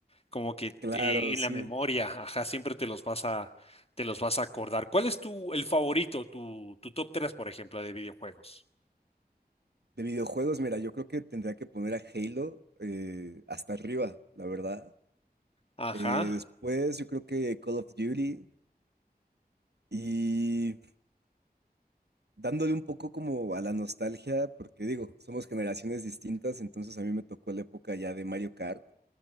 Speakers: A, on the left (about 35°); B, on the right (about 90°).
A: como que
B: Claro,
A: eh, en
B: sí.
A: la memoria, ajá, siempre te los vas a, te los vas a acordar. ¿Cuál es tu, el favorito, tu, tu top tres por ejemplo, de videojuegos?
B: De videojuegos, mira, yo creo que tendría que poner a Halo eh, hasta arriba, la verdad.
A: Ajá.
B: Eh, después yo creo que Call of Duty y dándole un poco como a la nostalgia, porque digo, somos generaciones distintas, entonces a mí me tocó la época ya de Mario Kart